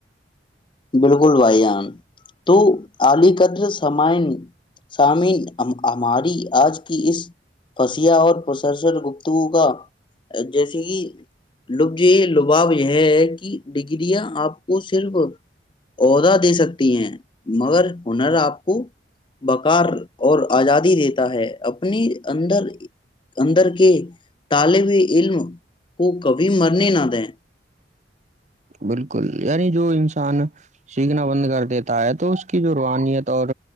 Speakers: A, on the left; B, on the right.
A: بالکل بائیان تو علی قدر سامعن سامین ہماری آج کی اس پسیا اورر گفتگو کا جیسے کہ لفظی لباب یہ ہے کہ ڈگریاں آپ کو صرف عہدہ دے سکتی ہیں مگر ہنر آپ کو بکار اور آزادی دیتا ہے اپنی اندر اندر کے طالب علم کو کبھی مرنے نہ دیں
B: بالکل یعنی جو انسان سیکھنا بند کر دیتا ہے تو اس کی جو روہانیت اور